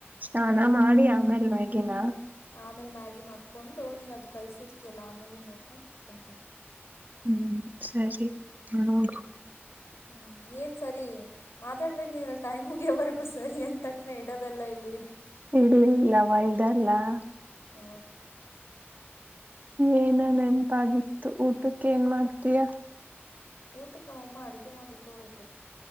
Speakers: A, on the right; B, on the left.
A: ಹ ನಾ ಮಾಡಿ ಆಮೇಲೆ ಮಗಿನ.
B: ಆಮೇಲೆ ಮ್ಯಾಗಿ ಮಾಡ್ಕೊಂಡು ನೀನು ಅದು ಕಳಿಸಿರ್ತೀಯಲ್ಲ ಆ ಮೂವಿನ ನೋಡ್ಕೊಂಡು ಕುತ್ಕೊತೀನಿ.
A: ಹ್ಮ್ ಸರಿ ನೋಡ.
B: ಹ್ಮ್ ಹ್ಮ್ ಏನ್ ಸರಿ ಮಾತಾಡ್ಬೇಕೇು ನೀನಲ್ಲ ಟೈಮ್ ಮುಗಿಯವರ್ಗೂ. ಸರಿ ಅಂದ ತಕ್ಷಣ ಇಡೋದಲ್ಲ ಇಲ್ಲಿ.
A: ಇಡ್ಲಿ ಇಲ್ಲವಾ ಇಡಲ್ಲ
B: ಹಾ.
A: ಏನ ನೆನಪಾಗಿತ್ತು ಊಟಕ್ಕೆ ಏನ್ ಮಾಡ್ತೀಯಾ.
B: ಊಟಕ್ಕೆ ನಮ್ಮಮ್ಮ ಅಡುಗೆ ಮಾಡಿಟ್ಟು ಹೋಗೈತೆ.